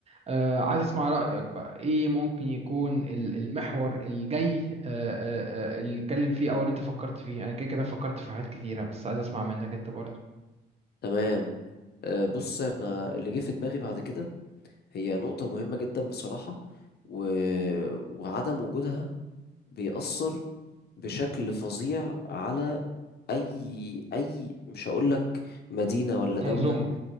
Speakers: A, on the right; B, on the left.
A: آه عايز اسمع رأيك بقى ايه ممكن يكون ال- المحور الجاي آه آه آه اللي نتكلم فيه او اللي انت فكرت فيه انا كده كده فكرت في حاجات كتيرة بس عايز اسمع منك انت برضه
B: تمام أه بص انا اللي جه في دماغي بعد كده هي نقطة مهمة جدا بصراحة و... وعدم وجودها بيأثر بشكل فظيع على اي اي مش هقول لك مدينة ولا
A: منظومة
B: دولة